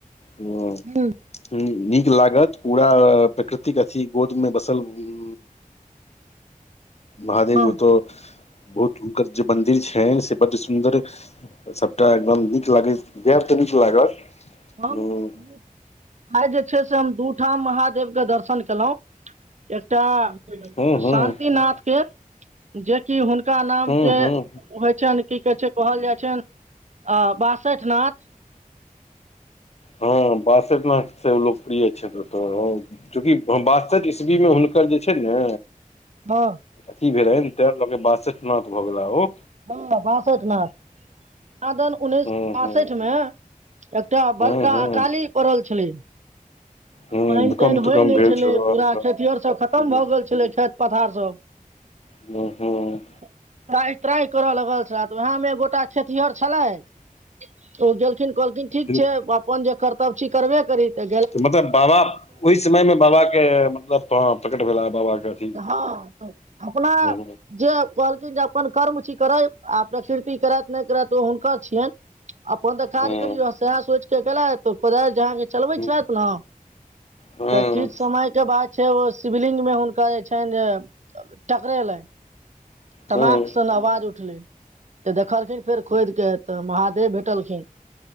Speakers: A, on the left; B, on the right.
A: हँ
B: ह
A: हुँ नीक लागत पूरा प्रकृतिक अथी गोद मे बसल हुँ महादेव
B: हँ
A: ओ तऽ बहुत हुनकर जे मन्दिर छैन से बड्ड सुन्दर सभटा एकदम नीक लागैत जैब तऽ नीक लागत।
B: हम
A: हूँ
B: <unintelligible> आइ जे छै से हम दू ठाम महादेवके दर्शन केलहुँ एकटा <unintelligible>
A: हूँ
B: शान्तिनाथके जेकि हुनका नाम
A: हूँ
B: जे
A: हूँ
B: होइ छनि की कहै छै कहल जाइ छनि अ बासैठ नाथ
A: हँ बसटनाथ से लोकप्रिय छैेत्र त चूँकि अ वासठ ईस्वीमे हुनकर जे छै ने
B: हँ
A: अथी भेले ते लऽ के बासठ नथ भऽ गेला ओ।
B: हँ बासठ नाथ कहादैन उन्नैस
A: हूँ
B: सए बासठ
A: हूँ
B: मे एकटा
A: हूँ
B: बड़का
A: हूँ
B: अकाली पड़ल छलै।
A: हूँ
B: पैन
A: भूकम्प
B: तैन
A: तूकम्प
B: होइ नहि
A: भेल
B: छलै पूरा
A: अच्छा
B: खेत आरसभ खतम
A: हूँ
B: भऽ गेल छलै खेत पथार सभ
A: हूँ-हूँ
B: त्राइ त्राइ करय लगल छले तऽ उएहमे गोटा खेती आर छलथि। ओ गेलखिन कहलखिन ठीक
A: हूँ
B: छै अपन जे कर्तव्य छी करबे करी तेय
A: त मतलब बाबा ओहि समयमे बाबाके मतलब प्रकट भेला बाबाके अथी
B: हँ अपना
A: हूँ
B: जऽ कहलखिन जे अपन कर्म छी करै आ प्रकृति करैथ नहि करैथ ओ हुनकर छियेन। अपन तऽ काज
A: हूँ
B: करियौ सेह सोचि कऽ गेलैथ कोदाइर जे अहाँके चलबै
A: हूँ
B: छलैथ नऽ
A: हूँ
B: तऽ किछ समय के बाद छै ओ शिवलिंग मे हुनका जे छनि जे। टकरैलन टनाक
A: हूँ
B: सऽ नऽ आवाज उठलै तऽ देखलखिन फेर खोद के तऽ महादेव भेटलखिन